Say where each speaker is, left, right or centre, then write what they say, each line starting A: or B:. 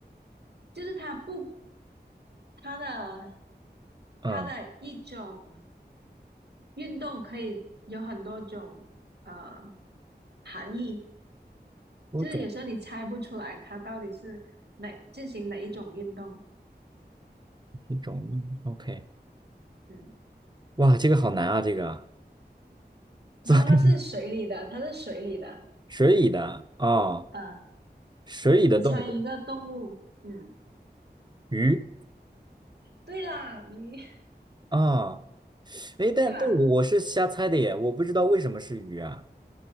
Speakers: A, on the right; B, on the right.
A: 就是它不它的
B: 嗯，
A: 它的一种运动可以有很多种呃含义，
B: 多种
A: 就是有时候你猜不出来它到底是哪进行哪一种运动，
B: 一种意义。OK，
A: 嗯，
B: 哇，这个好难啊，这个啊
A: 它它是水里的，
B: 坐
A: 它是水里的，
B: 水里的啊，
A: 呃，
B: 水里的动物，
A: 你猜一个动物，嗯，
B: 鱼
A: 对啦，鱼，
B: 啊，诶，但动物我是瞎猜的耶，
A: <laughs> 对吧？
B: 我不知道为什么是鱼啊，